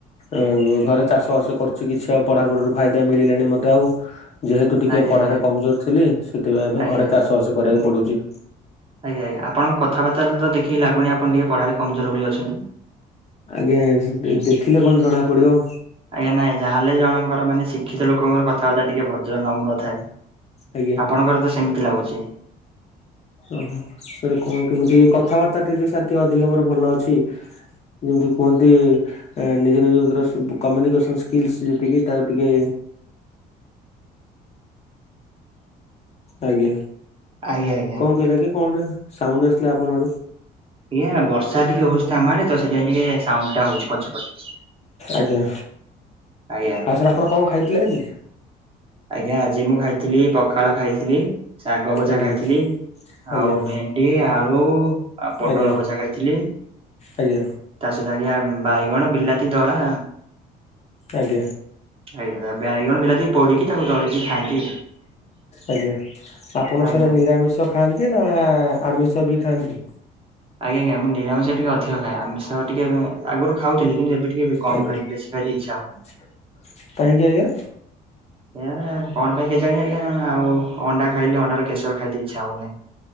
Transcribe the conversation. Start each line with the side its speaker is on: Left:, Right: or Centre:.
Left: ଉଁ ଘରେ ଚାଷ ବାସ କରୁଛି କିଛି ଆଉ ପଢାପଢିରୁ ଫାଇଦା ମିଳିଲାଣି ମତେ ଆଉ। ଯେହେତୁ ଟିକେ
Right: ଆଜ୍ଞା
Left: ପଢାରେ
Right: ଆଜ୍ଞା
Left: କମ୍ ଜୋର ଥିଲି, ସେଥିପାଇଁ ଏବେ
Right: ଆଜ୍ଞା
Left: ଘରେ ଚାଷବାସ କରିବାକୁ ପଡୁଛି।
Right: ଆଜ୍ଞା, ଆଜ୍ଞା ଆପଣ ଙ୍କ କଥା ବାର୍ତ୍ତାରୁ ତ ଦେଖିକି ଲାଗୁନି ଆପଣ ଟିକେ ପଢ଼ାରେ କମ୍ ଜୋର ବୋଲି ଅଛନ୍ତି।
Left: ଆଜ୍ଞା, ସେ ଦେଖିଲେ କଣ ଜଣା ପଡିବ।
Right: ଆଜ୍ଞା ନାଇଁ ଯାହେଲେ ବି ଜଣଙ୍କର ମାନେ ଶିକ୍ଷିତ ଲୋକଙ୍କର କଥାବାର୍ତ୍ତା ଟିକେ ଭଦ୍ର ନମ୍ର ଥାଏ।
Left: ଆଜ୍ଞା
Right: ଆପଣଙ୍କର ତ ସେମିତି ଲାଗୁଛି।
Left: ଓହୋ, ସାର୍ କଣ କେମିତି କଥାବାର୍ତ୍ତା ବି ସାର୍ ଟିକେ ଅଧିକ ମୋର ଭଲ ଅଛି। ଯେମିତି କୁହନ୍ତି ନିଜ ନିଜଭିତରେ ସୁ କମ୍ୟୁନିକେସନ୍ ସ୍କିଲ୍ସ୍ ଯେତିକି ତାକୁ ଟିକେ ଆଜ୍ଞା,
Right: ଆଜ୍ଞା ଆଜ୍ଞା
Left: କଣ କହିଲା ଆଜ୍ଞା କଣ ଗୋଟେ ସାଉଣ୍ଡ ଆସିଲା ଆପଣ ଆଡୁ।
Right: ଆଜ୍ଞା ବର୍ଷା ଟିକେ ହଉଛି ତ ଆମଆଡେ ତ ସେଥିାଇଁ ଟିକେ ସାଉଣ୍ଡ ଟା ହଉଛି ପଛ ପଛ।
Left: ଆଜ୍ଞା।
Right: ଆଜ୍ଞା।
Left: ଆଉ ସାର୍ ଆପଣ କଣ ଖାଇଥିଲେ ଆଜି?
Right: ଆଜ୍ଞା, ଆଜି ମୁଁ ଖାଇଥିଲି ପଖାଳ ଖାଇଥିଲି, ଶାଗ ଭଜା
Left: ଆଜ୍ଞା
Right: ଖାଇଥିଲି,
Left: ଆଜ୍ଞା
Right: ଆଉ ଭେ ଡି ଆଳୁ, ଆଉ ପୋଟଳ
Left: ଆଜ୍ଞା
Right: ଭଜା ଖାଇଥିଲି।
Left: ଆଜ୍ଞା।
Right: ତା ସହିତ ଆଜ୍ଞା ବାଇଗଣ ବିଲାତି ଦଳା।
Left: ଆଜ୍ଞା।
Right: ଆଜ୍ଞା, ବାଇଗଣ ବିଲାତି ପୋଡିକି ତାକୁ ଦଳିକି ଖାଆନ୍ତି।
Left: ଆଜ୍ଞା, ଆପଣ
Right: ଆଜ୍ଞା।
Left: ସାର୍ ନିରାମିଷ ଖାଆନ୍ତି ନା ଆମିଷ ବି ଖାଆନ୍ତି?
Right: ଆଜ୍ଞା, ଆଜ୍ଞ ମୁ ନିରାମିଷା ଟିକେ ଅଧିକ ଖାଏ, ଆମିଷ ଟିକେ ଆଗରୁ ଖାଉଥିଲି କିନ୍ତୁ ଏବେ ଟିକେ ବି କମ
Left: ଆଜ୍ଞା
Right: ଖାଇ ବେଶି। ଭାରି ଇଚ୍ଛା ହଉ
Left: <unintelligible> କାହିଁକି ଆଜ୍ଞା?
Right: ଏୟା କଣ ପାଇଁ କେଜାଣି ଆଜ୍ଞା ଆଉ ଅଣ୍ଡା ଖାଇଲେ ଅଣ୍ଡାର କେଶର ଖାଇତେ ଇଚ୍ଛା ହଉନାହିଁ।